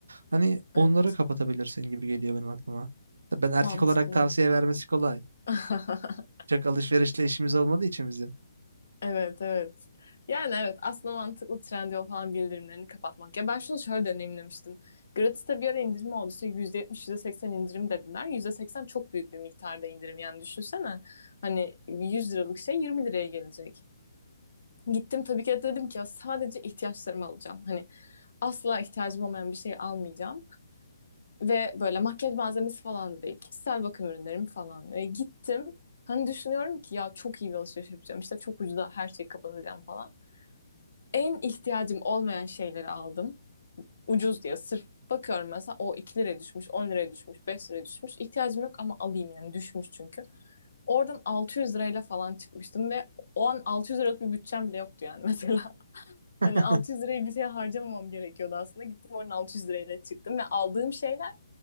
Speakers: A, on the right (about 65°); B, on the left (about 60°).
A: Hani onları
B: Evet.
A: kapatabilirsin gibi geliyor benim aklıma. Ben erkek
B: Mantıklı.
A: olarak tavsiye vermesi kolay.
B: <laughs>
A: Çok alışverişle işimiz olmadığı için bizim.
B: Evet, evet. Yani evet aslında mantıklı Trendyol falan bildirimlerini kapatmak. Ya ben şunu şöyle deneyimlemiştim. Gratis'te bir ara indirim oldu. İşte %70, %80 indirim dediler. yüzde seksen çok büyük bir miktarda indirim. Yani düşünsene hani 100 liralık şey 20 liraya gelecek. Gittim tabii ki de dedim ki ya sadece ihtiyaçlarımı alacağım. Hani asla ihtiyacım olmayan bir şey almayacağım. Ve böyle makyaj malzemesi falan da değil. Kişisel bakım ürünlerim falan. E, gittim. Hani düşünüyorum ki ya çok iyi bir alışveriş yapacağım. İşte çok ucuza her şeyi kapatacağım falan en ihtiyacım olmayan şeyleri aldım. Ucuz diye sırf bakıyorum mesela o 2 liraya düşmüş, 10 liraya düşmüş, 5 liraya düşmüş. İhtiyacım yok ama alayım yani düşmüş çünkü. Oradan 600 lirayla falan çıkmıştım ve o an 600 liralık bir bütçem bile yoktu yani <laughs> mesela.
A: <laughs>
B: Hani 600 lirayı bir şeye harcamamam gerekiyordu aslında. Gittim oradan 600 lirayla çıktım ve aldığım şeyler